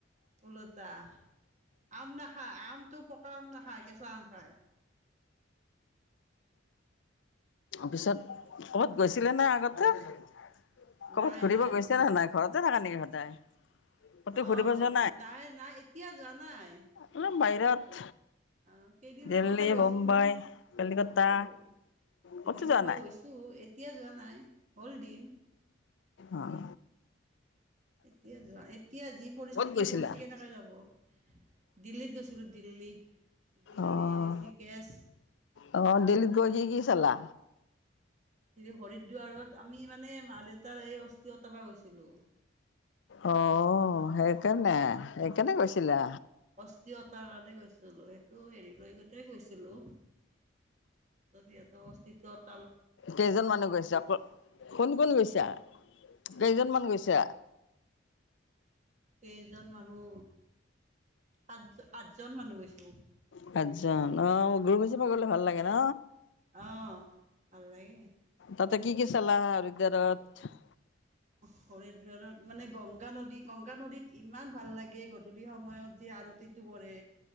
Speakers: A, on the right; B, on the left.
A: ওলোটা আম নাখায় আমটো পকা আম নাখায় কেচা আম খায়।
B: পিছত ক'ত গৈছিলে নে আগতে। ক'ৰবাত
A: নাই
B: ঘূৰিব
A: নাই
B: গৈছে নে নাই ঘৰতে থকা নেকি সদায়? ক'তো ঘূৰিব
A: আহ
B: যোৱা
A: নাই - নাই এতিয়া যোৱা নাই।
B: অলপ বাহিৰত
A: আহ কেইদিনৰ
B: দিল্লী,
A: আগতে গৈছিলো
B: মুম্বাই, কলিকতা
A: অ, দিল্লী
B: ক'তো
A: বোম্বাই
B: যোৱা নাই?
A: গৈছোঁ এতিয়া যোৱা নাই হ'ল দিন
B: অঁ
A: এতিয়া যোৱা এতিয়া যি পৰিস্থিতি
B: ক'ত গৈছিলা?
A: পৰিছে কেনেকে যাব দিল্লীত গৈছিলো দিল্লী দিল্লী
B: আহ
A: ঋষিকেশ
B: আহ দিলীপ গজী কি চলা
A: হৰিদ্বাৰত আমি মানে মা দেউতাৰ এই অস্থিৰ অতাবা গৈছিলো
B: আহ সেইকাৰণে সেইকাৰনে কৈছিলা
A: ীয়তাৰ কাৰণে গৈছিলো সেইটো হেৰি লৈ গলে গৈছিলো সিহতো অস্তিত্বত
B: কেইজন মানুহ গৈছে আক কোন কোন গৈছে কেইজনমান গৈছে
A: কেইজন মানুহ সাত আঠজন মানুহ গৈছো
B: কচজন ন মোৰ গ্ৰুপহিচাপে গলে ভাল লাগে ন।
A: অ', ভাল লাগে
B: তাতে কি-কি চলা আৰু হৰিদুৱাৰ্ত।
A: হয় দাৰত মানে গংগা নদী গংগা নদীত ইমান ভাল লাগে গধূলি সময়ত যে আৰতিতটো কৰে